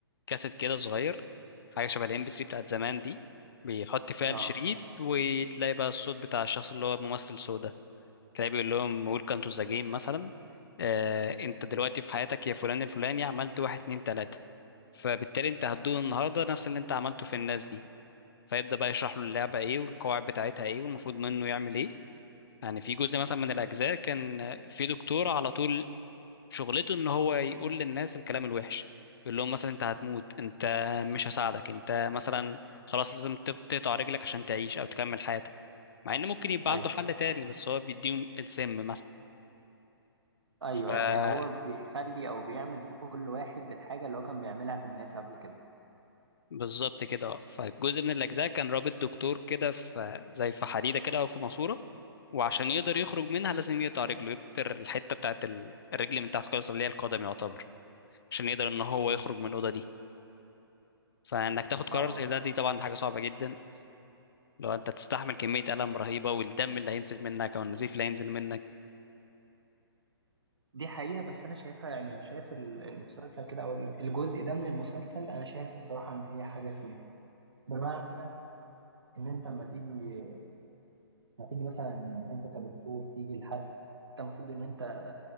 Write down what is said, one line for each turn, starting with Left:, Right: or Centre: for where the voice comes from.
Left: كاسيت كده صغير حاجة شبه الام بي 3 بتاعت زمان دي بيحط فيها
Right: اه
Left: الشريط وتلاقي بقى الصوت بتاع الشخص اللي هو ممثل سودا تلاقي بيقول لهم ويلكم تو ذا جيم مثلا آه انت دلوقتي في حياتك يا فلان الفلاني عملت واحد اتنين تلاتة فبالتالي انت هتدوق النهارده نفس اللي انت عملته في الناس دي فيبدأ بقى يشرح له اللعبة ايه والقواعد بتاعتها ايه والمفروض منه يعمل ايه يعني في جزء مثلا من الأجزاء كان في دكتور على طول شغلته ان هو يقول للناس الكلام الوحش يقول لهم مثلا انت هتموت انت مش هساعدك انت مثلا خلاص لازم تب- تقطع رجلك عشان تعيش او تكمل حياتك مع ان ممكن يبقى
Right: أيوه
Left: عنده حل تاني بس هو بيديهم السم
Right: أيوه
Left: مثلا
Right: يعني هو بيخلي أو بيعمل في كل واحد الحاجة اللي هو كان بيعملها في الناس قبل كده
Left: بالظبط كده اه فجزء من الأجزاء كان رابط دكتور كده في زي في حديدة كده أو في ماسورة وعشان يقدر يخرج منها لازم يقطع رجله يبتر الحتة بتاعت ال- الرجل من تحت خالص اللي هي القدم يعتبر عشان يقدر إن هو يخرج من الأوضة دي فإنك تاخد
Right: اه
Left: قرار زي ده دي طبعا حاجة صعبة جدا لو أنت تستحمل كمية ألم رهيبة والدم اللي هينزل منك أو النزيف اللي هينزل منك
Right: دي حقيقة بس أنا شايفها يعني شايف ال- المسلسل كده أو الجزء ده من المسلسل أنا شايف الصراحة إن هي حاجة فير بمعنى إن أنت أما تيجي ما تيجي مثلا أنت كدكتور تيجي لحد أنت المفروض إن أنت